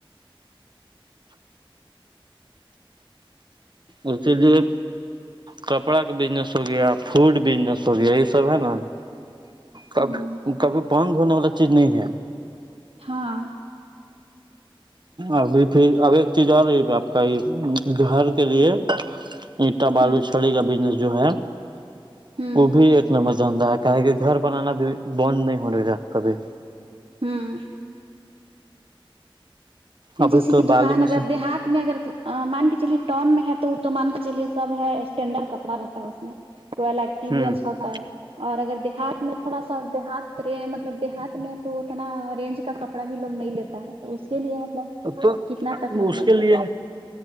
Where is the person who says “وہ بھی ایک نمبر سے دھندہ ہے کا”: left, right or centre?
Right